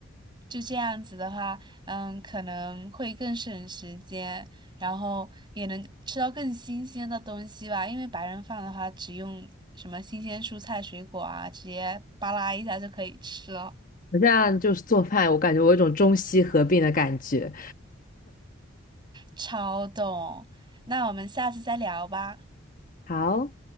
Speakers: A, on the right (about 20°); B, on the left (about 40°).
A: 就这样子的话，嗯，可能会更省时间，然后也能吃到更新鲜的东西吧。因为白人饭的话，只用什么新鲜蔬菜水果啊，直接扒拉一下就可以吃了，
B: 我现在就是做饭，我感觉我有一种中西合并的感觉。
A: 超懂。那我们下次再聊吧。
B: 好。